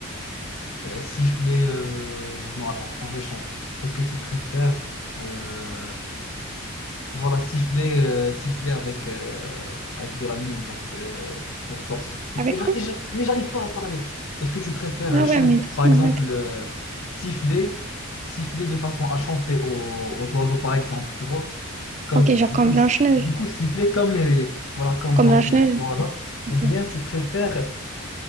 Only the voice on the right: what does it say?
Avec
quoi?
Ah
ouais, mais doucement,
ouais.
Ok, genre
comme
Blanche-Neige.
Comme
Blanche-Neige.
ok.